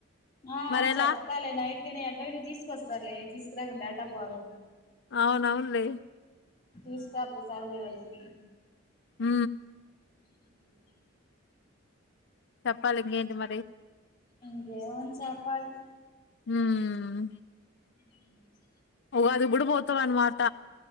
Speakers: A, on the left; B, on the left.
A: ఆ
B: మరెలా
A: చెప్పాలి నైట్, ఇప్పుడు ఎటైన తీసుకొస్తారులే తీసుకురాకుంట ఏటాపోరు.
B: అవును, అవునులే
A: తీస్కోతే చాలు ఎవలిటికి,
B: ఉ
A: ఊమ్
B: చెప్పాలి ఇంకేంటి మరి,
A: ఇంకేమని చెప్పాలి
B: ఉమ్మ్
A: ఉమ్ ప్చ్
B: ఉగాదికి గ్గుడు పోతావన్ మాట